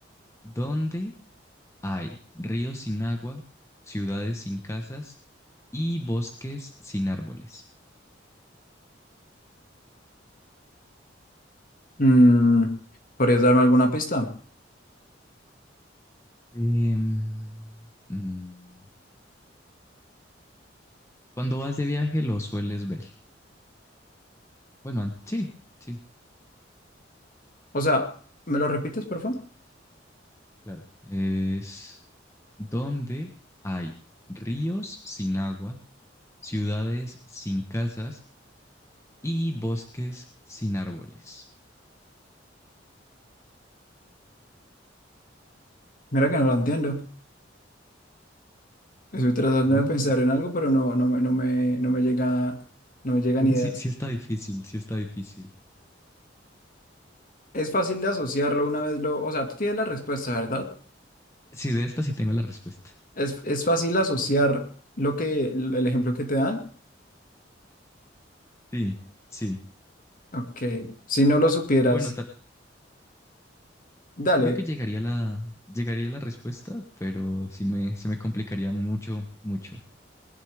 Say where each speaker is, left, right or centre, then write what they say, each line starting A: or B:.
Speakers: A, on the left (about 15°); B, on the left (about 45°).
A: ¿Dónde hay ríos sin agua, ciudades sin casas y bosques sin árboles?
B: Mm, ¿podrías darme alguna pista?
A: Em, mm, cuando vas de viaje lo sueles ver. Bueno, an- sí, sí,
B: O sea, ¿me lo repites, por favor?
A: claro. Es donde hay ríos sin agua, ciudades sin casas y bosques sin árboles,
B: Mira que no lo entiendo. Estoy tratando
A: ¿no?
B: de pensar en algo, pero no, no, me, no me, no me llega, no me llegan
A: Entonces,
B: ideas.
A: Sí, sí está difícil, sí está difícil.
B: Es fácil de asociarlo una vez lo, o sea, tú tienes la respuesta, ¿verdad?
A: Sí, de esta sí tengo la respuesta.
B: Es, es fácil asociar lo que, el ejemplo que te dan.
A: Sí, sí.
B: Ok, si no lo supieras,
A: O bueno, tal,
B: dale.
A: creo que llegaría la, llegaría la respuesta, pero sí me, se me complicaría mucho, mucho.